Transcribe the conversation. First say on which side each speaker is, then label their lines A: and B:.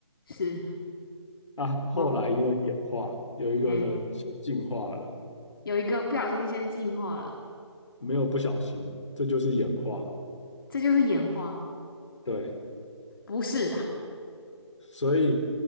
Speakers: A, on the left (about 45°); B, on the left (about 75°).
A: 是。
B: 啊。后来因为演化，
A: 哦，
B: 有一个人先进化了。
A: 哎，有一个不小心先进化了，
B: 没有不小心，这就是演化。
A: 这就是演化。
B: 对，
A: 不是啊，
B: 所以